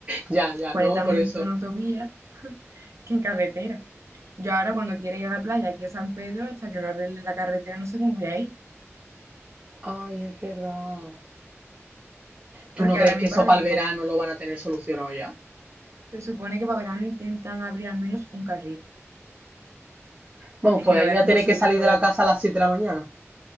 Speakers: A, on the right; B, on the right.
A: Ya, ya,
B: cuarenta
A: no, por
B: minutos
A: eso.
B: en autovía que en carretera. Yo ahora cuando quiera ir a la playa aquí a San Pedro, hasta que no arregle la carretera, no sé cómo voy a ir.
A: Ay, es verdad.
B: Porque
A: ¿Tú no crees
B: ahora mi
A: que eso
B: padre,
A: para el verano
B: cuando
A: lo van a tener solucionado ya?
B: Se supone que para verano intentan abrir al menos un carril.
A: Vamos,
B: Es
A: que
B: que
A: voy
B: no
A: a
B: veas
A: ir
B: cómo
A: tener
B: se
A: que
B: vino.
A: salir de la casa a las 7 de la mañana.